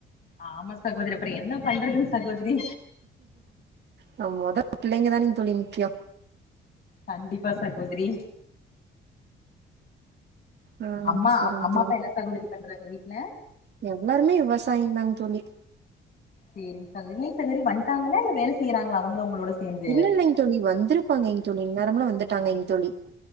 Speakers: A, on the left; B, on the right.
A: ஆமா சகோதரி அப்றோ என்ன பண்றதுங்க சகோதரி
B: நம் மொதல்ல புள்ளைங்கதான தோழி முக்கியோ
A: கண்டிப்பா சகோதரி
B: ஆஹ்
A: அம்மா
B: சேரிங்க
A: அம்மா
B: தோழி
A: அப்பா என்ன சகோதரி பண்றாங்க வீட்ல
B: எல்லாருமே விவசாயம் தாங் தோழி
A: சேரிங் சகோதரி வீட்ல தெரி வன்டாங்களா இல்ல வேல செய்யறாங்களா அவுங்களு உங்களோட சேந்து
B: இல்ல இல்லலைங்க தோழி வந்திருப்பாங்க இங்க தோழி ந அவூங்களும் வந்துட்டாங்க இங்க தோழி